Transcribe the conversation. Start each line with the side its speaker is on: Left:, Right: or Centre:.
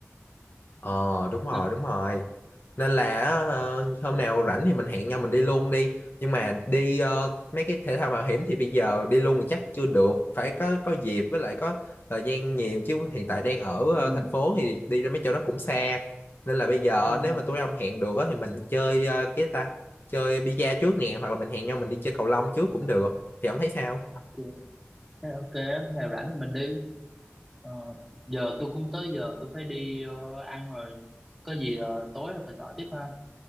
Left: ờ đúng rồi
Centre: đó
Left: đúng rồi nên là ờ, hôm nào rảnh thì mình hẹn nhau mình đi luôn đi nhưng mà đi ờ, mấy cái thể thao mạo hiểm thì bây giờ đi luôn thì chắc chưa được phải có có dịp với lại có thời gian nhiều chứ hiện tại đang ở
Centre: ừ
Left: ờ, thành phố thì đi ra mấy chỗ đó cũng xa nên là bây giờ
Centre: thế là
Left: nếu mà tụi ông hẹn được á, thì mình chơi ờ, cái ta chơi bida trước nè hoặc là mình hẹn nhau mình đi chơi cầu lông trước cũng được thì ông thấy sao
Centre: ok thế là ok thế là rảnh thì mình đi Ờ, giờ tôi cũng tới giờ tôi phải đi ờ, ăn rồi có gì ờ, tối rồi mình gọi tiếp ha Ok